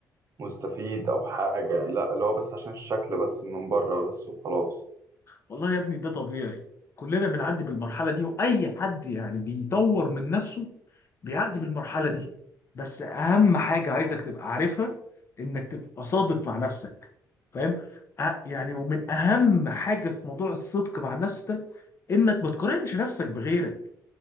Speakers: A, on the right (about 45°); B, on the left (about 40°).
A: مستفيد او حاجة يعني لا اللي هو بس عشان الشكل بس من بره بس وخلاص
B: والله يا ابني ده طبيعي كلنا بنعدي بالمرحلة دي وأي حد يعني بيطور من نفسه بيعدي بالمرحلة دي بس أهم حاجة عايزك تبقى عارفها إنك تبقى صادق مع نفسك فاهم؟ أ- يعني ومن أهم حاجة في موضوع الصدق مع النفس ده إنك ما تقارنش نفسك بغيرك